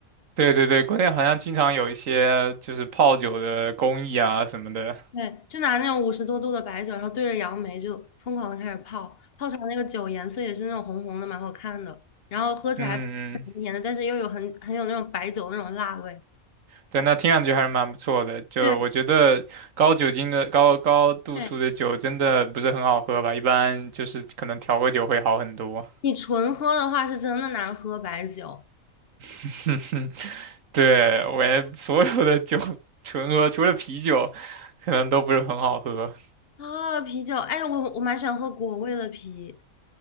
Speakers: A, on the right; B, on the left.
A: 对对对，国内好像经常有一些就是泡酒的工艺啊什么的。
B: 对，就拿那种五十多度的白酒，然后对着杨梅就疯狂的开始泡，泡出来那个酒颜色也是那种红红的，蛮好看的，然后喝起来甜
A: 嗯嗯，
B: 甜的，但是又有很很有那种白酒那种辣味。
A: 对，那听上去还是蛮不错的。就我觉得高酒精的、
B: 对
A: 高高度数的酒真的不是很好喝吧，
B: 对，
A: 一般就是可能调个酒会好很多。
B: 你纯喝的话是真的难喝白酒
A: <laughs> 哼哼，对，我也 <laughs> 所有的酒 <laughs> 纯喝，除了啤酒，可能都不是很好喝
B: 啊，啤酒，哎，我我蛮喜欢喝果味的啤，